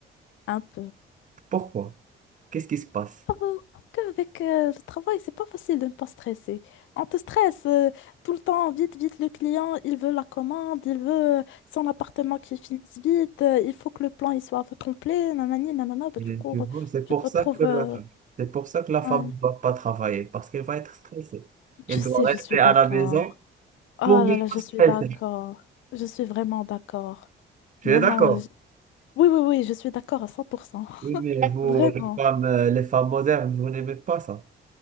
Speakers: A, on the left; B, on the right.
A: Un peu.
B: Pourquoi? Qu'est-ce qui se passe?
A: Ah, euh, Parce qu'avec euh, le travail, c'est pas facile de ne pas stresser. On te stresse euh, tout le temps, vite, vite, le client, il veut la commande, il veut euh, son appartement qui finisse vite, euh, il faut que le plan il soit complet, nanani, nanana, bah,
B: Mhm.
A: du coup,
B: Tu
A: euh,
B: vois, c'est
A: tu
B: pour
A: te retrouves...
B: ça que
A: euh,
B: c'est pour ça que la femme
A: ouais.
B: ne va pas travailler, parce qu'elle va être stressée. Elle
A: Tu sais,
B: doit rester
A: je suis
B: à
A: d'accord.
B: la maison
A: Oh
B: pour
A: là
B: ne
A: là, je
B: pas
A: suis
B: stresser.
A: d'accord. Je suis vraiment d'accord.
B: Tu
A: Vraiment,
B: es d'accord?
A: euh, j- oui, oui, oui, je suis d'accord à 100%. <laughs>
B: Oui, mais vous,
A: Vraiment.
B: les femmes, euh, les femmes modernes, vous n'aimez pas ça.